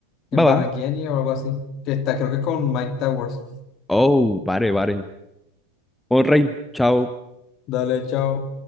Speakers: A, on the left; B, in the centre.
A: En
B: Va,
A: Barranquilla
B: va.
A: nieva o algo así. Que está, creo que con Mike Towers.
B: Oh, vale, vale. Oh, rey, chao.
A: Dale, chao.